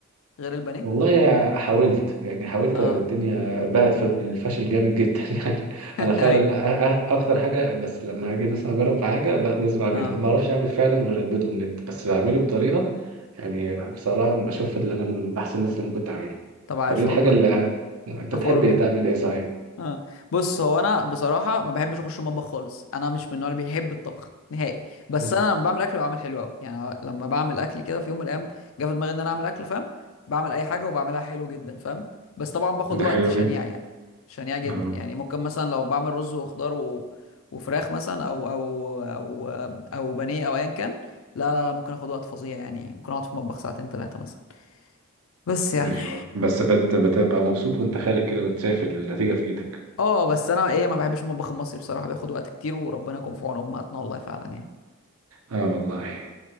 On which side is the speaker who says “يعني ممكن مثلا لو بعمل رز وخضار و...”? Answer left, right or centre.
Left